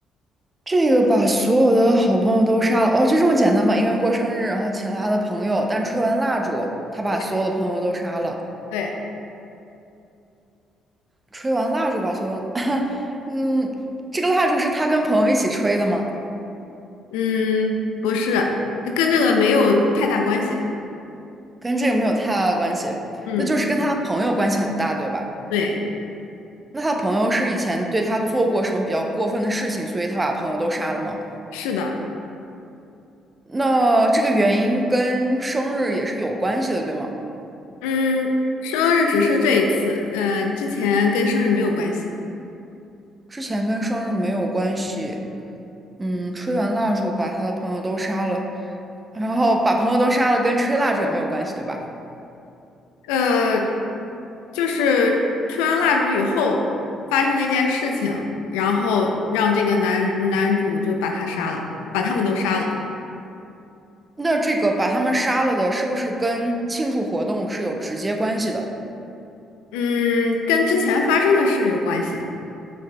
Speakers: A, on the right; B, on the left.
A: 这个把所有的好朋友都杀了，哦，就这么简单吗？一个人过生日，然后请了他的朋友，但吹完蜡烛，他把所有的朋友都杀了。
B: 对对，
A: 吹完蜡烛把所有，<laughs> 嗯，这个蜡烛是他跟朋友一起吹的吗？
B: 嗯，不是，跟这个没有太大关系。
A: 跟这个没有太大的关系，
B: 嗯，
A: 那就是跟他的朋友关系很大，对吧？
B: 对，
A: 那他的朋友是以前对他做过什么比较过分的事情，所以他把朋友都杀了吗？
B: 是的。
A: 那这个原因跟生日也是有关系的，对吗？
B: 嗯，生日只是这一次，呃，之前跟生日没有关系。
A: 之前跟生日没有关系，嗯，吹完蜡烛把他的朋友都杀了，然后把朋友都杀了，跟吹蜡烛也没有关系，对吧？
B: 呃，就是吹完蜡烛以后发生了一件事情，然后让这个男男主就把他杀了，把他们都杀了。
A: 那这个把他们杀了的，是不是跟庆祝活动是有直接关系的？
B: 嗯，跟之前发生的事有关系。